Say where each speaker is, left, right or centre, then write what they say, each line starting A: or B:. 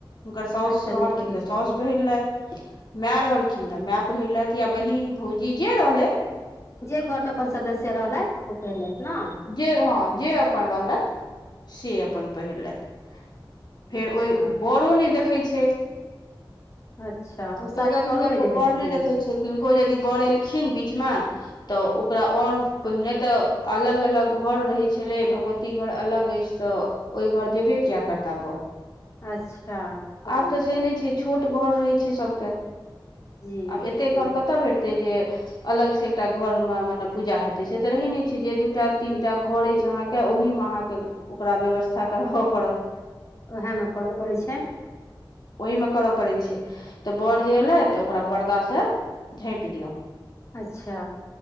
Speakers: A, on the left; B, on the left.
A: हुनकर साउस
B: अच्छा
A: रहलखिन
B: नहि पढ़ै
A: तऽ
B: छथिन
A: साउस पहिरलेथि माए रहलखिन तऽ माए पहिरलेथि या बहिन भौजी जे रहलैथ
B: जे घरमे अपन सदस्य रहलेथि ओ पहिरलेथि ने
A: जे हाँ जे अपन रहलेथि से अपन पहिरलेथि फेर
B: अच्छा
A: ओहि बड़ो नहि देखै छै
B: अच्छा ओ
A: चौदह
B: साड़ी
A: दिन
B: बरो
A: तक
B: नहि
A: ओ
B: देखै
A: बर
B: छथिन
A: छै किनको यदि बर एलखिन बीचमे तऽ ओकरा ओहर पहिने तऽ अलग अलग अलग घर रहै छलै भगवती घर अलग अछि तऽ ओहि घर जेबे किया करता बरऽ
B: अच्छा
A: आब तऽ से नहि छै छोट घर रहे छै सबके
B: जी
A: आब एते घर कतऽ भेट ते जे अलग सेँ एकटा घरमे मतलब पूजा हेतै से तऽ रहै नहि छै दूटा तीनटा
B: हम्म,
A: घर अछि अहाँके ओहिमे अहाँके ओकरा व्यवस्था करबऽ पड़त
B: उएहमे करय
A: ओहि
B: पड़ै छै
A: ओहिीमे करऽ पड़ै छै तऽ बरऽ जे एयलैथ तऽ ओकरा पर्दासँ झाँपि दियौ
B: अच्छा